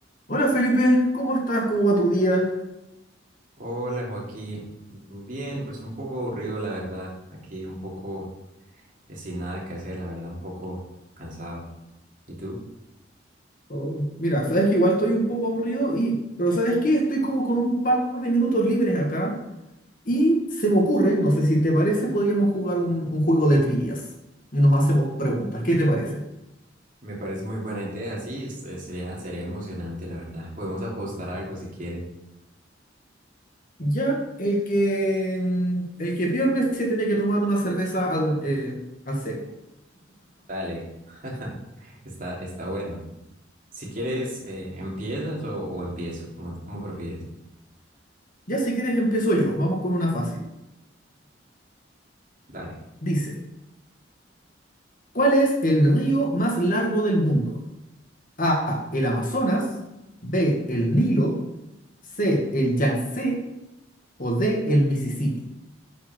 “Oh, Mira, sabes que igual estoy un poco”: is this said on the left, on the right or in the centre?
Left